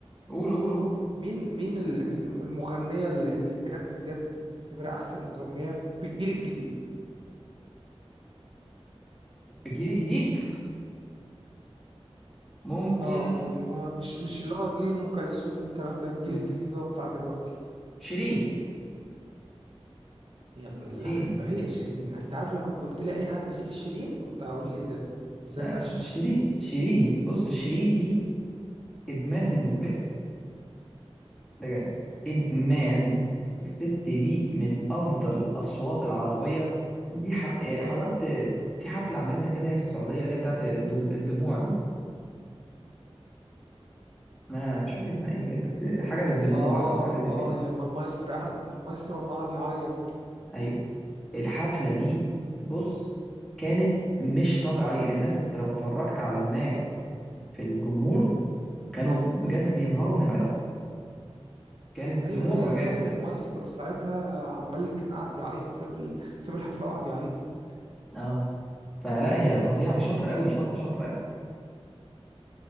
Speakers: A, in the centre; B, on the right (about 60°).
A: قول قول قول
B: مين مين ال- الم- المغنية اللي اللي بجد بجد أنت بتعتبرها أحسن مغنية في الجيل الجديد
A: الجيل الجديد ممكن
B: أه في اللي هو مش مش اللي هو جيل أم كلثوم والكلام ده الجيل
A: مم.
B: الجديد اللي هو بتاع دلوقتي
A: شيرين
B: يا ابن اللعيبة
A: شيرين
B: هي شيرين أنت عارف لو كنت قلت لي أي حد غير شيرين كنت هقول إيه ده إزاي
A: لا
B: ما
A: لا
B: قالش
A: شيرين
B: شيرين
A: شيرين بص شيرين دي ادمان بالنسبه لي بجد ادمان الست دي من افضل الاصوات العربيه الست دي ح- حضرت في حفله عملتها كده هي في السعوديه اللي هي بتاعت الدم- الدموع دي اسمها مش فاكر اسمها ايه كانت بس حاجه بالدموع
B: اه
A: او حاجه زي
B: اه
A: كده
B: لما المايسترو قعد المايسترو لما قعد يعيط
A: ايوه الحفله دي بص كانت مش طبيعيه الناس انت لو اتفرجت على الناس في الجمهور كانوا بجد بينهاروا من العياط كانت
B: ايوه
A: دموع
B: ايوه
A: بجد
B: انا فاكر المايسترو ساعتها عمال كان قاعد يعيط ساب ال... ساب الحفله وقعد يعيط
A: اه فلا هي فظيعه هي شاطره قوي شاطره شاطره يعني